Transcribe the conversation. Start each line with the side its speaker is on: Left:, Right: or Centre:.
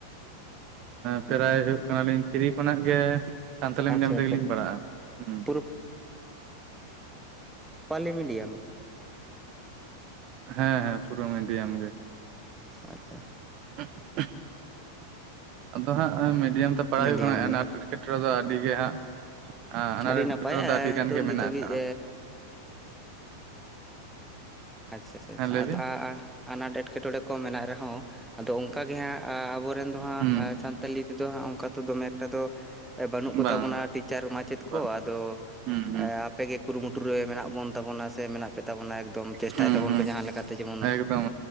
Right: ᱯᱨᱮᱨᱟᱭ ᱦᱩᱭᱩᱜ ᱠᱟᱱᱟᱞᱤᱧ ᱛᱨᱤ ᱠᱷᱚᱱᱟᱜ ᱜᱮ ᱥᱟᱱᱛᱟᱞᱤ ᱢᱤᱰᱤᱭᱟᱢ
Centre: ᱟᱪᱪᱷᱟ
Right: ᱛᱮᱜᱮᱞᱤᱧ
Centre: ᱟᱪᱪᱷᱟ
Right: ᱯᱟᱲᱦᱟᱜᱼᱟ ᱦᱸ
Centre: ᱯᱩᱨᱟᱹ ᱯᱟᱞᱤ ᱢᱤᱰᱤᱭᱟᱢ
Right: ᱦᱮᱸ ᱦᱮᱸ ᱯᱩᱨᱟᱹ ᱢᱤᱰᱤᱭᱟᱢ ᱜᱮ
Centre: ᱟᱪᱪᱷᱟ
Right: ᱦᱮᱸ ᱟᱫᱚ ᱦᱟᱸᱜ ᱢᱤᱰᱤᱭᱟᱢ ᱛᱮ ᱯᱟᱲᱦᱟᱜ
Centre: ᱢᱤᱰᱤᱭᱟᱢ
Right: ᱦᱩᱭᱩᱜ ᱠᱟᱱᱟ ᱟᱱᱟᱴᱠᱮᱛᱨᱮ
Centre: ᱜᱮ
Right: ᱫᱚ ᱟᱹᱰᱤ ᱜᱮ ᱦᱟᱸᱜ ᱟᱨ
Centre: ᱵᱟᱝ?
Right: ᱚᱱᱟᱨᱮ
Centre: ᱟᱹᱰᱤ
Right: ᱴᱴᱠᱮᱴᱮ
Centre: ᱱᱟᱯᱟᱭ
Right: ᱫᱚ ᱟᱹᱰᱤ ᱜᱟᱱ
Centre: ᱱᱤᱛᱚᱜ
Right: ᱜᱮ
Centre: ᱱᱤᱛ
Right: ᱢᱮᱱᱟᱜ
Centre: ᱦᱟᱹᱵᱤᱡ
Right: ᱟᱠᱟᱜᱼᱟ
Centre: ᱟᱪᱪᱷᱟ
Right: ᱦᱮᱸ ᱞᱟᱹᱭ
Centre: ᱟᱪᱪᱷᱟᱷᱟ
Right: ᱵᱤᱱ
Centre: ᱟᱱᱟᱴ ᱮᱸᱴᱠᱮᱴᱚᱬᱮ ᱠᱚ ᱢᱮᱱᱟᱜ ᱨᱮᱦᱚᱸ ᱟᱫᱚ ᱚᱱᱠᱟᱟᱜ ᱜᱮ ᱦᱟᱸᱜ ᱟᱵᱚᱮᱱ ᱫᱚ ᱦᱟᱸᱜ
Right: ᱦᱩᱸ
Centre: ᱥᱟᱱᱛᱟᱞᱤ ᱛᱮᱫᱚ ᱦᱟᱸᱜ ᱚᱱᱠᱟ ᱫᱚ ᱫᱚᱢᱮ ᱮᱠᱴᱟ ᱫᱚ ᱵᱟᱹᱱᱩᱜ ᱠᱚᱛᱟ
Right: ᱵᱟᱝ
Centre: ᱵᱚᱱᱟ
Right: ᱵᱟᱝ
Centre: ᱴᱤᱪᱟᱨ ᱢᱟᱪᱮᱫ ᱠᱚ
Right: ᱵᱟᱝ
Centre: ᱟᱫᱚ
Right: ᱦᱩᱸ ᱦᱩᱸ
Centre: ᱟᱯᱮᱜ ᱜᱮ ᱠᱩᱨᱩᱢᱩᱴᱩᱨ ᱨᱮ ᱢᱮᱱᱟᱜ ᱵᱚᱱ ᱛᱟᱵᱚᱱᱟ ᱥᱮ ᱢᱮᱱᱟᱜ ᱯᱮ ᱛᱟᱵᱚᱱᱟ ᱮᱠᱫᱚᱢ ᱪᱮᱥᱴᱟ
Right: ᱦᱩᱸ
Centre: ᱛ ᱛᱟᱵᱚᱱ
Right: ᱦᱩᱸ
Centre: ᱯᱮ ᱡᱟᱦᱟᱸ ᱞᱮᱠᱟ ᱛᱮ ᱡᱮᱢᱚᱱ
Right: ᱮᱠᱫᱚᱢ